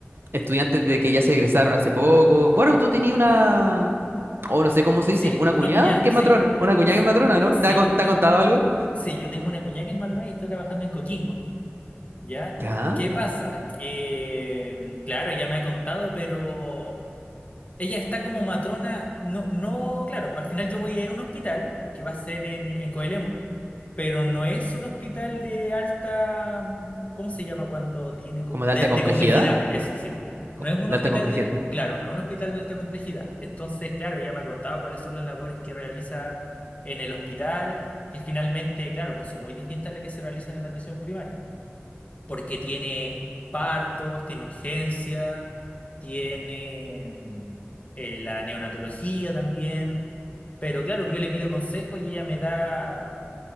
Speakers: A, on the right; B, on the left.
A: estudiantes de que ya se egresaron hace poco? Bueno, tú tenías una, o no sé cómo se
B: Sí,
A: dice, una
B: una
A: cuñada
B: cuñada,
A: que
B: sí.
A: es matrona, una cuñada que es matrona, ¿no?
B: Sí,
A: ¿Te ha, con- te ha contado algo?
B: sí, yo tengo una cuñada que es matrona y está trabajando en Coquimbo, ¿ya?
A: ¿Ya?
B: ¿Qué pasa? Que, claro, ella me ha contado, pero ella está como matrona, no, no, claro, al final yo voy a ir a un hospital que va a ser en, en Coelemu, pero no es un hospital de alta, mm, ¿cómo se llama cuando tiene como,
A: ¿Como de
B: de,
A: alta complejidad?
B: de complejidad, eso sí.
A: Co-
B: No es un
A: ¿De
B: hospital
A: alta complejidad?
B: de, claro, no es un hospital de alta complejidad. Entonces, claro, ella me ha contado cuáles son las labores que realiza en el hospital, que finalmente, claro, pues son muy distintas a las que se realizan en la atención primaria, porque tiene partos, tiene urgencia, tiene mm, eh, la neonatología también. Pero claro, yo le pido consejo y ella me da